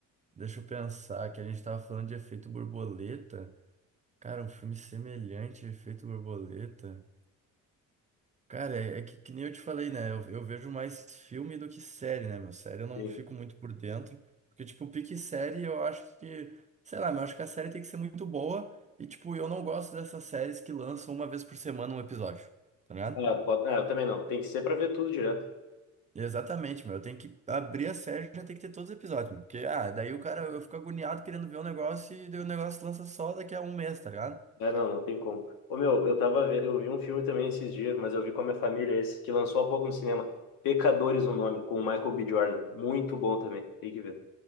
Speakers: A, on the right; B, on the left.
A: Deixa eu pensar que a gente tava falando de efeito borboleta. Cara, um filme semelhante a efeito borboleta. Cara, é, é que, que nem eu te falei, né? Eu, eu vejo mais filme do que série, né, meu? Série eu não
B: sim.
A: fico muito por dentro. Porque, tipo, pique série eu acho que. Sei lá, eu acho que a série tem que ser muito boa. E, tipo, eu não gosto dessas séries que lançam uma vez por semana um episódio. Tá ligado?
B: Ah, bota... ah, eu também não. Tem que ser pra ver tudo direto.
A: Exatamente, meu. Eu tenho que abrir a série e já tem que ter todos os episódios, meu. Porque, ah, daí o cara, eu fico agoniado querendo ver o negócio e daí o negócio lança só daqui a um mês, tá ligado?
B: É, não, não tem como. Ô, meu, eu tava ve... eu vi um filme também esses dias, mas eu vi com a minha família esse, que lançou há pouco no cinema. Pecadores, o nome, com o Michael B. Jordan. Muito bom também. Tem que ver.